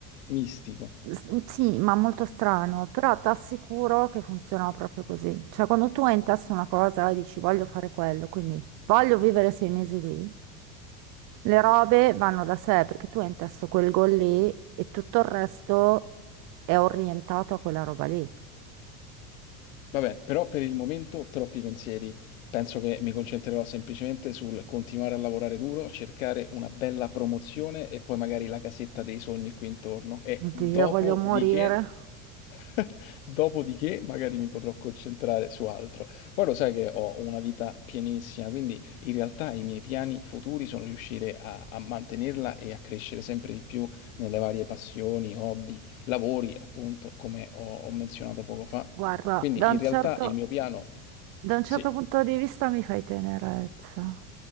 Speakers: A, on the left; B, on the right.
A: Mistico.
B: s- sì, ma molto strano, però ti assicuro che funziona proprio così, cioè quando tu hai in testa una cosa e dici voglio fare quello, quindi voglio vivere sei mesi lì. Le robe vanno da sé perché tu hai in testa quel gol lì e tutto il resto è orientato a quella roba lì.
A: Vabbè, però per il momento troppi pensieri. Penso che mi concentrerò semplicemente sul continuare a lavorare duro, cercare una bella promozione e poi magari la casetta dei sogni qui intorno. E
B: Dio,
A: dopodiché
B: voglio morire.
A: <laughs> Dopodiché magari mi potrò concentrare su altro. Poi lo sai che ho una vita pienissima, quindi in realtà i miei piani futuri sono riuscire a, a mantenerla e a crescere sempre di più nelle varie passioni, hobby, lavori, appunto, come ho, ho menzionato poco fa.
B: Guarda,
A: Quindi
B: da un
A: in realtà
B: certo,
A: il mio piano,
B: da un certo
A: sì,
B: punto di vista mi fai tenerezza.